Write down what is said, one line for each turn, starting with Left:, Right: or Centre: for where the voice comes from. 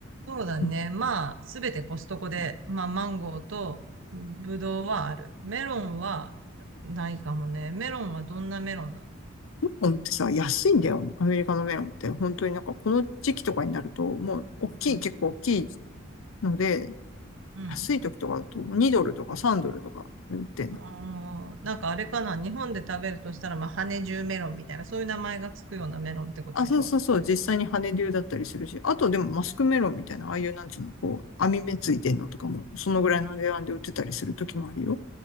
Right: そうだね。
Left: メ
Right: まあ、すべてコストコで、まあ、マンゴーとブドウはある。メロンはないかもね。メロンはどんなメロンなの
Left: ロンってさ、安いんだよ。アメリカのメロンって。本当になんかこの時期とかになると、もう大きい、
Right: うん。
Left: 結構大きいので、
Right: うん。
Left: 安い時とかだと2ドルとか3ドルとかで売ってんの。
Right: あーなんかあれかな、日本で食べるとしたら、まあ、羽十メロンみたいな、そういう名前がつくようなメロンってことでしょ
Left: あ、そうそうそう、実際に羽竜だったりするし、あとでもマスクメロンみたいな、ああいうなんつうの、こう、網目ついてんのとかも、そのぐらいの値段で売ってたりする時もあるよ。